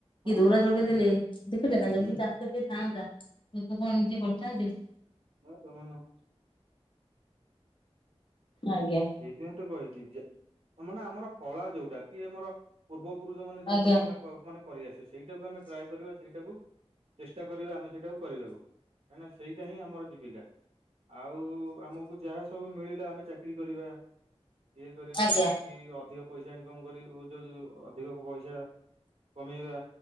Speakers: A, on the right; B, on the left.
A: ହଁ
B: କି ଦୌରା
A: ହଁ
B: ଲଗେଇଦେଲେ
A: ହଁ
B: ଦେଖିବେ ନା ଜଲଦି
A: ହୁଁ
B: ଚା ସେଠି ଥାଆନ୍ତା ଲୋକ କଣ ଏମିତି କରିଥାନ୍ତେ କି।
A: ହଁ ତ <unintelligible>
B: ଆଜ୍ଞା।
A: ସେଇଥିପାଇଁ ତ କହିଲି, ଯେ ମାନେ ଆମର କଳା ଯୋଉଟା କି ଆମର ପୂର୍ବ ପୁରୁଷ ମାନେ ଯୋଉଟାକୁ
B: ଆଜ୍ଞା
A: ଆମେ ମାନେ କର କରିଆସେ ସେଇଟାକୁ ଆମେ ଟ୍ରାଏ କରିବା ସେଇଟାକୁ ଚେଷ୍ଟା କରିବା ଆମେ ସେଇଟାକୁ କରିବାକୁ, କାହିଁକିନା ସେଇଟା ହିଁ ଆମର ଜୀବିକା। ଆଉ ଆମକୁ ଯାହା ସବୁ ମିଳିଲା ଆମେ ଚାକିରୀ କରିବା। ଇଏ କରିବା,
B: ଆଜ୍ଞା
A: କି ଅଧିକ ପଇସା ଇନକମ କରି <unintelligible> ଯୋଉ ଅଧିକ ପଇସା କମେଇବା